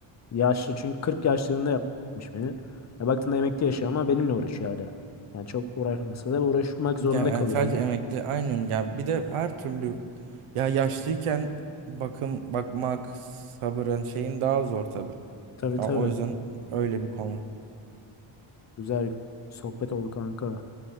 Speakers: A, on the left; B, on the right.
A: Yaşlı çünkü 40 yaşlarında yapmış beni. Ya baktığında emekli yaşıyor ama benimle uğraşıyor hala. Yani çok uğraşmasa da uğraşmak
B: Ya
A: zorunda
B: yani
A: kalıyor.
B: sadece
A: Anladın
B: emekli
A: mı?
B: aynen ya bir de her türlü ya yaşlıyken bakım bakmak sabırın şeyin daha zor tabii.
A: Tabii
B: Ya
A: tabii.
B: o yüzden öyle bir konu.
A: Güzel sohbet oldu kanka.